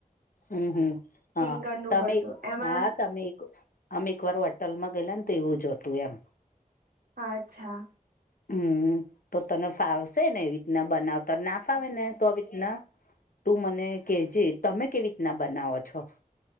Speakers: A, on the left (about 75°); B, on the right (about 85°).
A: હમ હમ હા
B: રીંગણનું
A: તમે
B: ભરતું એમાં
A: હા તમે <unintelligible> અમે એક વાર હોટલ માં ગયેલાને તો એવું જ હતું એમ
B: હા અચ્છા.
A: હમ તો તને ફાવશે ને એ રીતના બનાવતા ના ફાવે ને તો આવી રીતના તું મને કેજે તમે કેવી રીતના બનાવો છો?